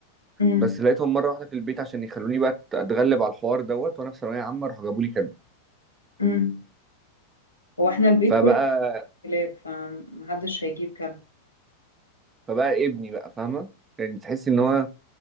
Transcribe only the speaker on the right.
بس لقيتهم مره واحده في البيت عشان يخلوني بقى اتغلب على الحوار دوت وانا في ثانويه عامه راحوا جابوا لي كلب
فبقى
فبقى ابني بقى فاهمه يعني تحس ان هو